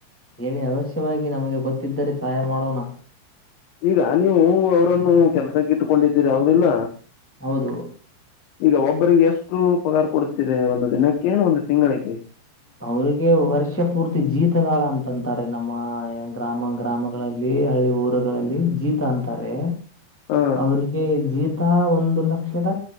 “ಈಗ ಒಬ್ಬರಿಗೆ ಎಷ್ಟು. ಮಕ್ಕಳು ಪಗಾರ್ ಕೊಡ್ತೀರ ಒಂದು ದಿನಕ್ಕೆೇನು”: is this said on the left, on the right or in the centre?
Left